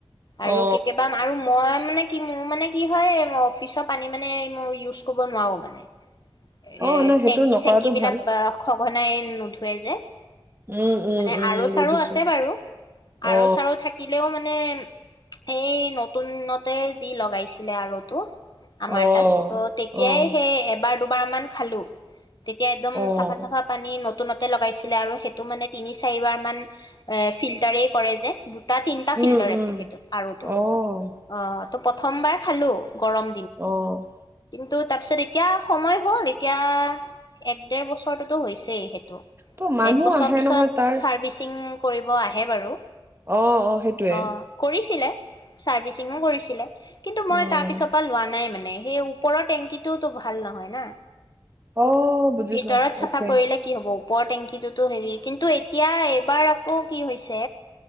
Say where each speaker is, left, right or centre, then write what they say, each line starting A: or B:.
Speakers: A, on the left; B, on the right.
A: আৰু
B: অ
A: কেতিয়াবা আৰু মই মানে কি মোৰ মানে কি হয় অফিচৰ পানী মানে মই ইউজ কৰিব নোৱাৰো মানে এ
B: অ নাই সেইটো
A: টেংকি
B: নকৰাটো
A: চেংকি বিলাক
B: ভাল
A: বা হক অনাই নোধোৱে যে
B: উম উম
A: মানে
B: উম
A: আৰ'চাৰু
B: বুজিছো
A: আছে বাৰু আৰ'
B: অ
A: চাৰু থাকিলেও মানে মানে সেই নতুনতে যি লগাইছিলে আৰ'তো আমাৰ
B: অ
A: তাত অ তেতিয়াই
B: অ
A: সেই এবাৰ বাৰমান খালোঁ তেতিয়া একদম
B: অ',
A: চাফা চাফা পানী নতুনত লগাইছিলে আৰু সেইটো মানে তিনি চাৰিবাৰ মান এ ফিল্টাৰেই কৰে যে। তাত তিনিটা ফিল্টাৰ
B: উম, উম,
A: আছে সেইটোত আৰুটো
B: অ',
A: অ ত' প্ৰথমবাৰ খালো গৰম
B: অ'।
A: টো তাৰপিছত এতিয়া সময় হ'ল এতিয়া এক দেৰ বছৰটোতো হৈছেই সেইটো
B: ত' মানুহ
A: এক বছৰ
B: আহে
A: পিছত
B: নহয় তাৰ।
A: চাৰ্ভিচিং কৰিব আহে বাৰু।
B: অ', সেইটোৱে
A: অ কৰিছিলে। চাৰ্ভিচিঙো কৰিছিলে। কিন্তু মই
B: উম,
A: তাৰ পিছৰ পৰা লোৱা নাই। নাই মানে সেই ওপৰৰ টেংকিটোতো ভাল নহয় না।
B: অ', বুজিছো
A: ভিতৰত চাফা
B: অকে
A: কৰিলে কি হব? ওপৰৰ টেঙকিটোতো হেৰি কিন্তু এতিয়া এইবাৰ আকৌ কি হৈছে